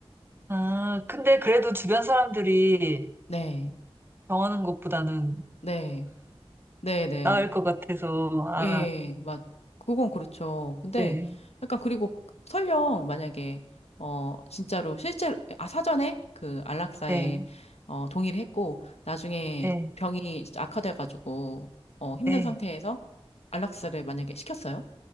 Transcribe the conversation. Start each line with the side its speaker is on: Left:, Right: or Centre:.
Right: 아, 근데 그래도 주변 사람들이
Left: 네,
Right: 병하는 것보다는
Left: 네, 네, 네.
Right: 나을 것 같아서, 아,
Left: 예, 맞. 그건 그렇죠. 근데
Right: 네,
Left: 약간 그리고 설령 만약에, 어, 진짜로 실제로, 아, 사전에 그 안락사에,
Right: 네,
Left: 어, 동의를 했고, 나중에
Right: 네,
Left: 병이 진짜 악화돼가지고, 어, 힘든
Right: 네,
Left: 상태에서 안락사를 만약에 시켰어요.